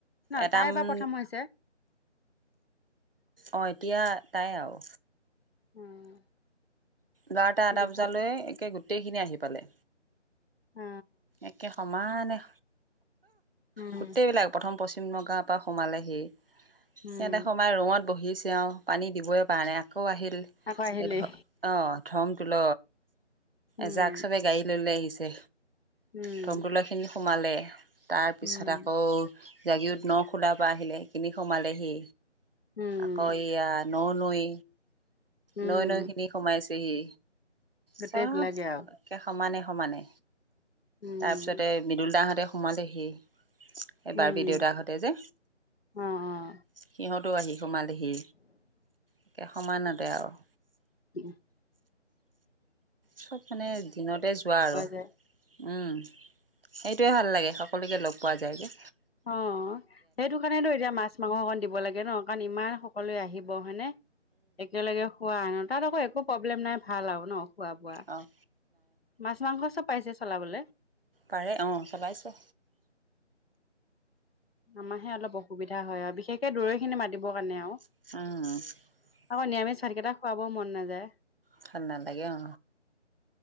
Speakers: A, on the left (about 55°); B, on the right (about 50°).
A: নতাই
B: এটামান
A: এবাৰ প্ৰথম হৈছে।
B: অঁ এতিয়া তাই আৰু
A: উম
B: বাৰটা এটা
A: দুপু
B: বজালৈ একে গোটেইখিনি আহি পালে।
A: অ
B: একে সমানে
A: উম
B: গোটেইবিলাক প্ৰথম পশ্চিম নগাঁৱৰ পৰা সোমালেহি।
A: উম
B: সিহঁতে সোমাই ৰুমত বহিছে অ পানী দিবই পৰা নাই আকৌ আকৌ আহিল
A: আকৌ আহিলেই
B: সেই অঁ ধমতোল
A: উম
B: এজাক চবে গাড়ী লৈ লৈ আহিছে
A: উম
B: ধমতলা খিনি সোমালে। তাৰপিছত
A: উম
B: আকৌ জাগিৰদত ন খোলাৰ পৰা আহিলে সেইখিনি সোমালেহি।
A: উম,
B: আকৌ এয়া ন নৈ
A: উম,
B: নৈ নৈ খিনি। পাইছেহি
A: গোটেই
B: চব
A: বিলাকে আৰু
B: একে সমানে সমানে
A: উম,
B: তাৰপিছতে মৃদুল দাহঁতে সোমালেহি এবাৰ
A: উম,
B: বি দেউতাকহঁতে যে।
A: অ', অ',
B: সিহঁতো আহি সোমালেহি। একে সমানতে আৰু-
A: উ
B: চব মানে দিনতে যোৱা আৰু
A: যায়
B: উম সেই। সেইটোৱে ভাল লাগে সকলোকে লগ পোৱা যায়গৈ।
A: অ সেইটো কাৰণেতো এতিয়া মাছ মাংস অকণ দিব লাগে ন কাৰণ ইমান সকলোৱে আহিব। হয়নে একেলগে খোৱা আনো তাত আকৌ একো প্ৰব্লেম নাই ভাল আৰু ন খোৱা বোৱা
B: আহ
A: মাছ মাংস চব পাইছে চলাবলৈ।
B: পাৰে অঁ চলাইছে
A: আমাৰাহে অলপ অসুবিধা হয় আৰু বিশেষকে দূৰৈ খিনি মাতিবৰ কাৰণে আৰু
B: আহ
A: আকৌ নিৰামিষ ভাতকেইটা খোৱাবও মন নাযায়
B: স নালাগে অ